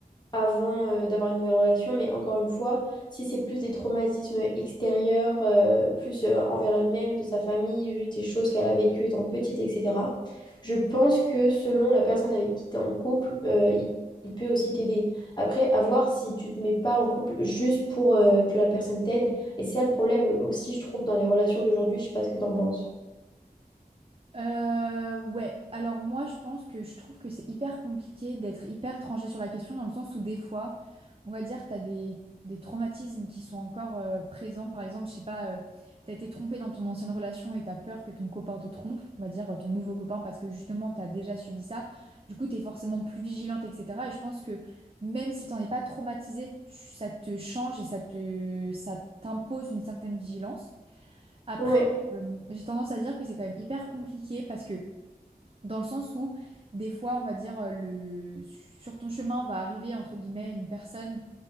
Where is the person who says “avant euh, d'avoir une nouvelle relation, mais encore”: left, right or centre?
Left